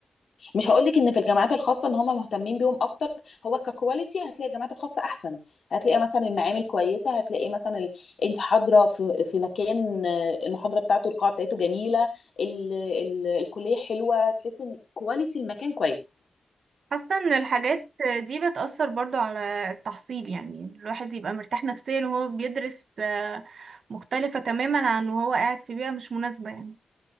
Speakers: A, on the left; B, on the right.
A: مش هقول لك ان في الجامعات الخاصه ان هم مهتمين بيهم اكتر هو ككواليتي هتلاقي الجامعات الخاصه احسن هتلاقي مثلا المعامل كويسه هتلاقي مثلا ال... انت حاضره في في مكان آه، المحاضره بتاعته القاعه بتاعته جميله ال... ال... الكليه حلوه تحس ان كواليتي المكان كويسه
B: حاسة ان الحاجات دي بتأثر برضو على التحصيل يعني الواحد يبقى مرتاح نفسيا وهو بيدرس آه، مختلفة تماما عن وهو قاعد في بيئة مش مناسبة يعني